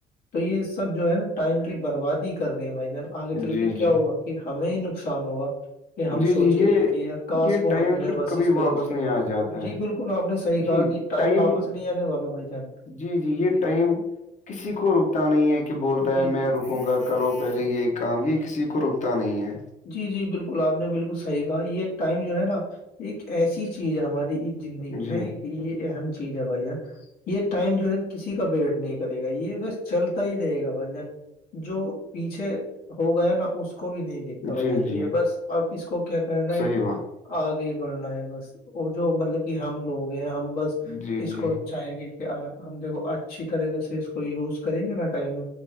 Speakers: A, on the left; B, on the left.
A: تو یہ سب جو ہے نا ٹائم کی بربادی کر رہے ہیں بھائی جان آگے چل
B: جی
A: کے کیا
B: جی
A: ہوا کہ ہمیں ہی نقصان ہوگا کہ ہم
B: جی
A: سوچیں
B: جی یہ
A: گے کہ یار کاس
B: یہ
A: کو
B: ٹائم
A: ہم نے
B: پھر
A: بس
B: کبھی
A: اس کا
B: واپس
A: یوز کر
B: نہیں
A: لیا ہوگا
B: آ جاتا
A: جی
B: ہے
A: بالکل آپ نے گا
B: جی
A: کہ
B: ٹائم
A: ائم واپس نہیں آنے والا بھائی جان
B: جی یہ
A: جی
B: ٹائم کسی کو رکتا نہیں ہے کہ بولتا
A: جی
B: ہے
A: جی
B: میں رکوں گا کرو پہلے یہ کام یہ کسی کو روکتا نہیں ہے
A: جی جی بالکل آپ نے بالکل صحیح کہا یہ ٹائم جو ہے نا ایک ایسی چیز ہے ہماری زندگی
B: جی
A: میں ایک یہ اہم چیز ہے بھائی یہ ٹائم جو ہے نا کسی کا ویٹ نہیں کرے گا یہ بس چلتا ہی رہے گا بھائی جان جو پیچھے ہو گیا نا اس کو اس کو بھی نہیں دیکھتا بھائی
B: جی
A: جان
B: جی
A: یہ بس اب اس کو کیا کرنا ہے
B: صحیح
A: کہ
B: بات
A: آگے بڑھنا ہے بس وہ جو مطلب کہ ہم لوگ ہیں ہم بس
B: جی
A: اس
B: جی
A: کو چاہیں گے کہ کہ اگر ہم دیکھو اچھی طریقے سے اس کو یوز کریں گے نہ کہیں گے